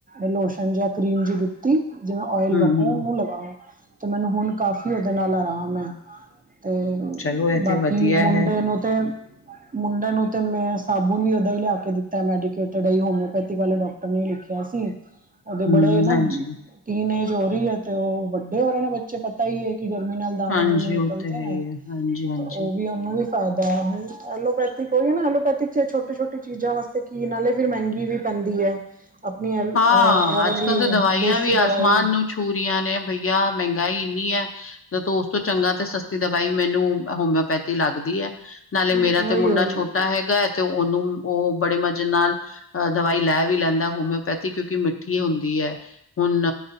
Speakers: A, on the right; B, on the left.
A: ਲੋਸ਼ਨ ਜਿ ਕਰੀਮ ਜਿ ਦਿੱਤੀ ਜਿਵੇਂ ਓਇਲ
B: ਹਮ
A: ਵਕੋ
B: ਹਮ
A: ਉਹਨੂੰ ਲਗਾਵਓ ਤੇ ਮੈਨੂੰ ਹੁਣ ਕਾਫ਼ੀ ਉਹਦੇ ਨਾਲ ਆਰਾਮ ਹੈ ਤੇ
B: ਚਲੋ ਇਹ
A: ਬਾਕੀ
B: ਤੇ ਵਧੀਆ
A: ਮੁੰਡੇ
B: ਹੈ
A: ਨੂੰ ਤੇ ਮੁੰਡੇ ਨੂੰ ਤਾਂ ਮੈਂ ਸਾਬੁਣ ਵੀ ਦਾਂ ਹੀ ਲਿਆ ਕੇ ਦਿੱਤਾ ਮੈਡੀਕੇਟਡ ਹੈ ਹੀ ਹੋਮਿਓਪੈਥੀ ਵਾਲੇ ਡਾਕਟਰ ਨੇ ਹੀ ਲਿਖਿਆ ਸੀ ਉਹਦੇ
B: ਹਮ
A: ਬੜੇ ਨਾ
B: ਹਾਂਜੀ
A: ਤਨ ਏਜ ਹੋ ਰਹੀ ਹੈ ਤੇ ਉਹ ਵੱਡੇ ਹੋ ਰਹੇ ਨੇ ਬੱਚੇ ਪਤਾ ਹੀ ਹੈ ਕਿ ਗਰਮੀ ਨਾਲ ਦਾਣੇ
B: ਹਾਂਜੀ,
A: ਦੋਨੇ ਨਿਕਲਦੇ
B: ਉਹ ਤਾਂ ਹੈ
A: ਨੇ
B: ਹੀ ਹੈ। ਹਾਂਜੀ-ਹਾਂਜੀ।
A: ਤੇ ਉਹ ਵੀ ਉਹਨੂੰ ਵੀ ਫਾਇਦਾ ਹੁਣ ਐਲੋਪੈਥਿਕ ਹੋਈ ਹੈ ਨਾ ਐਲੋਪੈਥਿਕ ਚ ਛੋਟੀ ਛੋਟੀ ਚੀਜ਼ਾਂ ਵਸ ਕੀਣ ਨਾਲੇ ਫਿਰ ਮਹਿੰਗੀ ਵੀ ਪ ਜਾਂਦੀ ਹੈ ਆਪਣੀ ਐ ਇਹ
B: ਹਾਂ
A: ਵਾਲੀ
B: ਅੱਜ ਕੱਲ ਤਾਂ ਦਵਾਈਆਂ
A: ਦੇਸੀ
B: ਵੀ
A: ਦਵਾਈ
B: ਆਸਮਾਨ ਨੂੰ ਛੂ ਰਹੀਆਂ ਨੇ ਬਈਆ ਮਹਿੰਗਾਈ ੂੰ ਉਸ ਤੋਂ ਚੰਗਾ ਤੇ ਸਸਤੀ ਦਵਾਈ ਮੈਨੂੰ ਹੋਮਿਓਪੈਥੀ ਲੱਗਦੀ ਹੈ ਨਾਲੇ
A: ਉਹੀ
B: ਮੇਰਾ ਤੇ ਮੁੰਡਾ
A: ਉਹੀ
B: ਛੋਟਾ ਹੈਗਾ ਹੈ ਤੇ ਉਹਨੂੰ ਉਹ ਬੜੇ ਮਜ਼ੇ ਨਾਲ ਅ ਦਵਾਈ ਲੈ ਵੀ ਲੈਂਦਾ ਹੋਮਿਓਪੈਥ ਕਿਉਂਕਿ ਮਿੱਠੀ ਹੁੰਦੀ ਹੈ ਹੁਣ